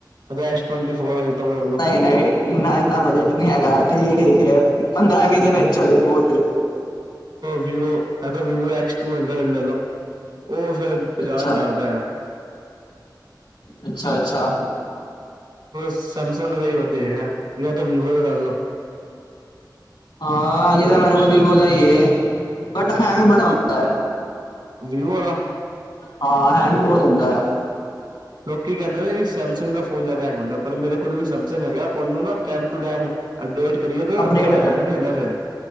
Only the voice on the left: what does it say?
ਨਹੀਂ ਨਹੀਂ ਇੰਨਾ ਇੰਨਾ ਬਜਟ ਨੀ ਠੀਕ- ਠੀਕ ਹੈ, ਪੰਦਰਾਂ-ਵੀਹ ਦੇ ਵਿੱਚ ਹੋਜੇ ਬਹੁਤ ਹੈ।
ਅੱਛਾ
ਅੱਛਾ ਅੱਛਾ
ਹਾਂ ਅਜੇ ਤਾਂ
ਮੇਰੇ ਕੋਲ ਵੀਵੋ ਦਾ ਹੀ ਹੈ ਬਟ ਹੈਂਗ ਬੜਾ ਹੁੰਦਾ ਹੈ
ਹਾਂ ਹੈਗ ਬਹੁਤ ਹੁੰਦਾ ਆ
ਅਪਡੇਟ
ਕਰ